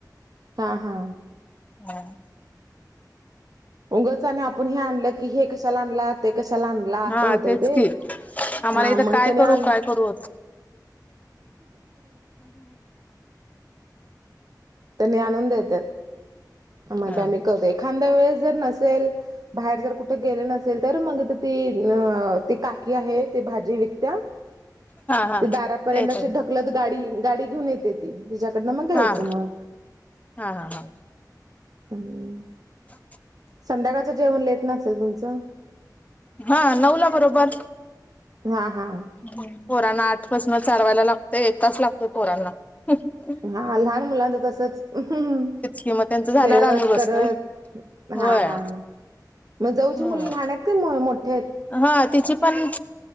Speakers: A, on the right; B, on the left.
A: हा हा
B: हम
A: उगच आणि आपण हे आणलं की हे कशाला आणला ते कशाला आणला असं
B: हा
A: होतय
B: तेच
A: ते
B: की आम्हाला
A: हा
B: इथं
A: मग
B: काय
A: त्याने
B: करू
A: आण
B: काय करू
A: तरनी आणून देत आ म
B: हा
A: आम्ही करतो एखाद्या वेळेस जर नसेल बाहेर जर कुठे गेले नसेल तर मग ती अ ती काकी आहे ती भाजी विकत्या
B: हा हा
A: ते दारापर्यंतशी
B: ते येत
A: ढकलत गाडी गाडी घेऊन येते ती तिच्याकडनं मग घ्यायचं
B: हा
A: मग
B: हा हा हा
A: आणिम्
B: ह
A: संध्याकाळचं जेवण लेट नसेल तुमचं
B: हा नवला बरोबर
A: हा हा
B: ह पोरना आठपासन चालवायला लागतेय एक तास लागतोय पोरांना तेच
A: हा लहान मुलांचं तसंच म्म
B: कि मग त्यांचं झाल्यावर
A: खेळत
B: आम्ही बसतोय
A: करत
B: होय
A: हा हा मग जाऊची
B: हम्म
A: मुलं लहान आहेत का मोठे आहेत
B: हा तिची पण